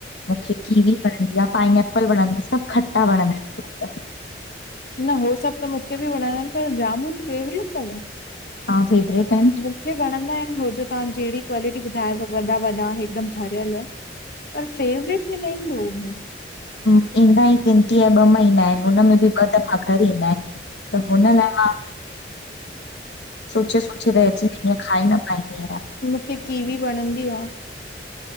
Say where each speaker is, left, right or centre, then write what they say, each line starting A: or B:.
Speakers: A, on the left; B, on the left.
A: मुखे कीवी वणंदी आ, पाईनेपल वणंदी आ सभु खटा वणंदा आहिनि फ्रूट।
B: न हू सभु त मुखे बि वणंदा इन, पर जामून फेवरेट तव?
A: हा फेवरेट आहिनि।
B: मुखे वणंदा इन, होजो तव्हां जहिड़ी क्वालिटी ॿुधायव वॾा वॾा हिकदमि भरियल पर फेवरेट! में न ईंदो हो मूं।
A: हूं, ईंदा ई गिनती या ॿ महीना इन। हुनमें बि ॿ दफ़ा घर ईंदा इन, त हुन लाइ मां सोचे सोचे रहिजी वेंदी आं खाई न पाईंदी आहियां।
B: मुखे कीवी वणंदी आ।